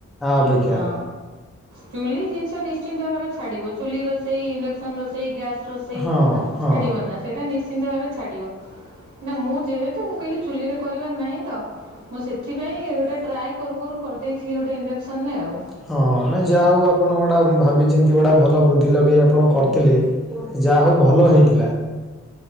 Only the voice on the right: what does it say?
ହଁ ଚୁଲି ଜିନିଷ ନିଶ୍ଚିନ୍ତ ଭାବେ ଛାଡିବ ଚୁଲି ରୋଷେଇ ଇଣ୍ଡକ୍ସନ ରୋଷେଇ ଗ୍ୟାସ ରୋଷେଇ
ଛାଡିବ ନା ସେଇଟା ନିଶ୍ଚିନ୍ତ ଭାବେ ଛାଡିବ। ନା ମୁଁ ଯେହେତୁ ମୁଁ କହିଲି ଚୁଲିରେ କରିବାର ନାହିଁ ତ। ମୁଁ ସେଥିପାଇଁ ଗୋଟେ ଟ୍ରାଏ କରୁ କରୁ କରିଦେଇଥିଲି ଗୋଟେ ଇଣ୍ଡକ୍ସନରେ ଆଉ।